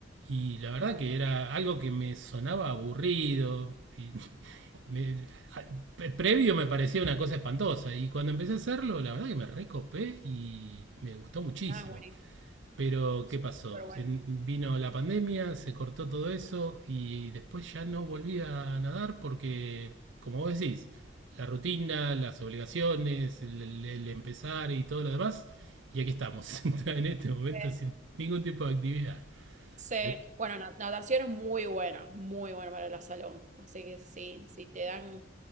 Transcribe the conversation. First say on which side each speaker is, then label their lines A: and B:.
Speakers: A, on the right; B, on the right.
A: y la verdad
B: bueno.
A: que era algo que me sonaba aburrido. y <laughs> me- a- pre- previo me parecía una cosa espantosa y cuando empecé a hacerlo, la verdad que me recopé y me gustó muchísimo.
B: Ah, buenísimo,
A: Pero,
B: súper
A: ¿qué pasó?
B: bueno.
A: Vino la pandemia, se cortó todo eso y después ya no volví a nadar porque, como vos decís, la rutina, las obligaciones, el, el- el empezar y todo lo demás, y aquí estamos, <laughs> en este momento
B: Eh,
A: sin ningún tipo de actividad.
B: se-
A: De-
B: bueno, na- natación es muy bueno, muy bueno para la salón. Así que sí, si te dan,